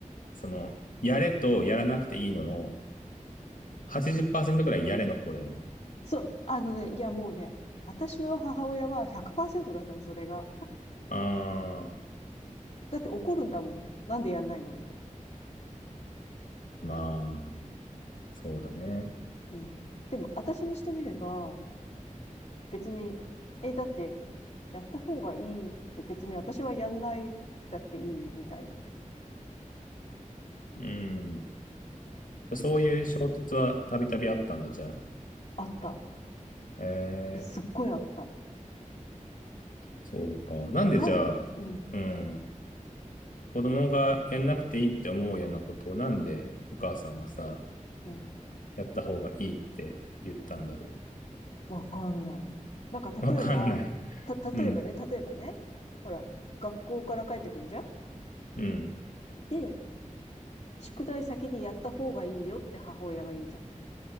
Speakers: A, on the left; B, on the left.
A: その、やれとやらなくていいのの、80%くらいやれの方だよね。
B: そう。あのね、いやもうね、私の母親は100%だったの、それが。
A: あ
B: だって怒るんだもん。なんでやんないのって。
A: ー、まあ、そうだね。
B: うん。でも、私にしてみれば、別に、え、だって、やった方がいいって別に私はやんないくたっていいみたいな。
A: うん。そういう衝突はたびたびあったんだ、じゃあ。
B: あった。
A: え
B: すっごいあった。
A: ー、そうか。なんでじゃあ、
B: ないうん、
A: うん、子供がやんなくていいって思うようなことを、なんでお母さんはさ、
B: うん。
A: やった方がいいって言ったんだろ
B: わかんない。なんか例えば、
A: う。わかんない。
B: た、例えばね、
A: うん、
B: 例えばね、ほら、学校から帰ってくんじゃん
A: うん、
B: で、宿題先にやった方がいいよって母親が言うじゃ